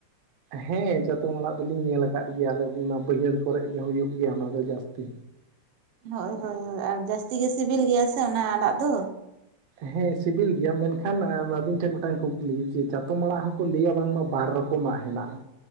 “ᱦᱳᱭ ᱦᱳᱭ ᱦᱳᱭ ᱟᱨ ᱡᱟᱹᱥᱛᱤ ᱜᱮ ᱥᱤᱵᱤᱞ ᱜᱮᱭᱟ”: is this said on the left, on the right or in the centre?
Right